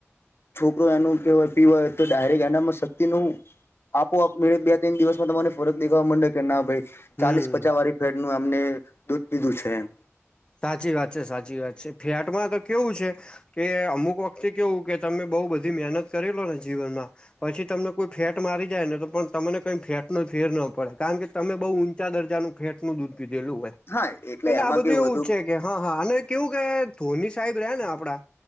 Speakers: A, on the left; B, on the left.
A: છોકરો એનું કેવાય પીવાય તો ડાયરેક્ટ એનામાં શક્તિ ન આપોઆપ મે બે તેઈન દિવસમાં તમને ફરક દેખવા માંડે કે ના ભાઈ ચાલીસ
B: હમ
A: પચાસ વાળી ફેટનું નું અમને દૂધ પીધું છે એમ.
B: સાચી વાત છે, સાચી વાત છે, ફ્લેટ માં તો કેવું છે કે અમુક વખતે કેવું કે તમે બઉ બધી મહેનત કરીલો ને જીવનમાં પછી તમને કોઈ ફેટ મારી જાય ને તો પણ કંઈ ફેટ ન ફેર ન પડે, કારણ કે તમે બહુ દર્જાનું ફેટ નું દૂધ પીધેલું હોય.
A: હાય એટલે એમાં
B: આ બધું
A: કેવું
B: એવું
A: હતુ
B: છે કે હા-હા અને કેવું કે ધોની સાહેબ રહે ને આપડા